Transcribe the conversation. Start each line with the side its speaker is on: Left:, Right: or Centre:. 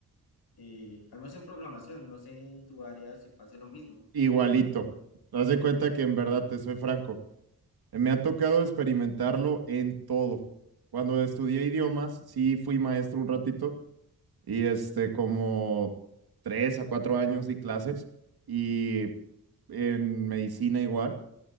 Left: eh, al menos en programación, no sé en tu área si pase lo mismo.
Right: Igualito. Haz de cuenta que en verdad te soy franco. Me ha tocado experimentarlo en todo. Cuando estudié idiomas, sí fui maestro un ratito y este, como tres a cuatro años di clases y en medicina igual.